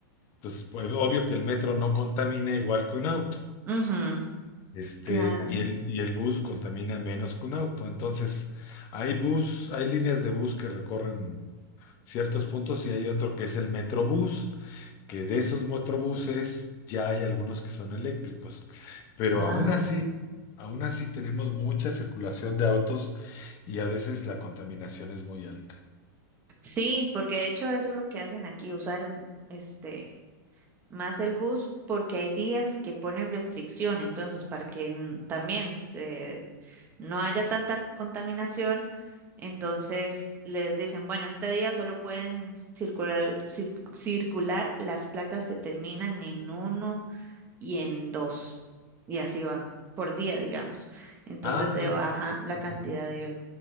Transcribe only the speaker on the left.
Entonces, pues obvio que el metro no contamina igual que un auto.
Este,
y el, y el bus contamina menos que un auto. Entonces, hay bus, hay líneas de bus que recorren ciertos puntos y hay otro que es el Metrobús, que de esos Metrobuses ya hay algunos que son eléctricos. Pero
aún así, aún así tenemos mucha circulación de autos y a veces la contaminación es muy alta.
Ah,
es
ujú,